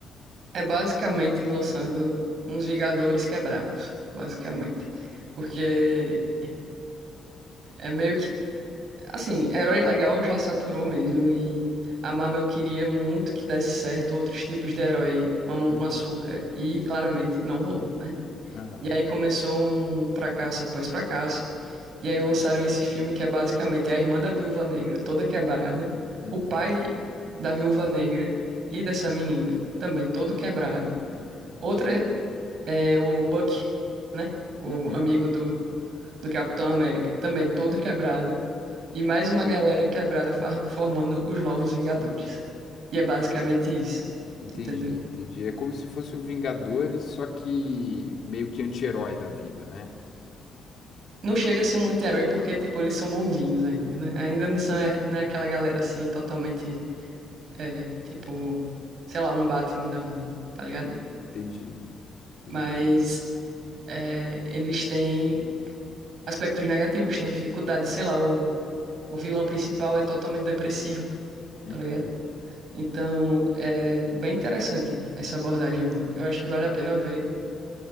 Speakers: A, on the right; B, on the left.
A: É basicamente lançando uns Vingadores quebrados, basicamente. Porque é meio que, assim, herói legal já saturou mesmo e a Marvel queria muito que desse certo outros tipos de herói, mamão
B: Uhum,
A: com açúcar, e claramente não rolou, né?
B: aham,
A: E aí começou um fracasso após fracasso, e aí lançaram esse filme que é basicamente a irmã da Viúva Negra, toda quebrada,
B: uhum,
A: o pai da Viúva Negra e dessa menina, também todo quebrado.
B: uhum,
A: Outra é o Buck, né? O
B: uhum.
A: amigo do, do Capitão América, também todo quebrado. E mais uma galera quebrada fa- formando os Novos Vingadores. E é basicamente isso,
B: Entendi,
A: entendeu?
B: entendi. É como se fosse o Vingadores, só que meio que anti-herói da vida, né?
A: Não chega a ser um anti-herói porque, tipo, eles são bonzinhos ainda, né? Ainda não são, é, não é aquela galera, assim, totalmente, é, tipo, sei lá, um Batman da vida, tá ligado?
B: Entendi,
A: Mas
B: entendi.
A: é, eles têm aspectos negativos, têm dificuldades, sei lá, o, o vilão principal é totalmente depressivo,
B: Uhum.
A: tá ligado? Então, é bem interessante essa abordagem nova. Eu acho que vale a pena ver.